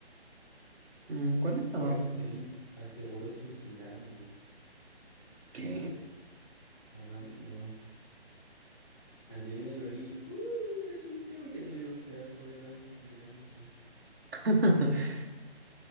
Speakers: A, on the right; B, in the centre.
A: Mm, ¿Cuál está
B: ¿Qué
A: más
B: actriz
A: fácil?
B: aseguró sus labios?
A: ¿Qué?
B: Aman, no. Angelina Jolie. ¡Uh! Le ayunté porque tiene los pedazos de labio gigante.
A: <laughs>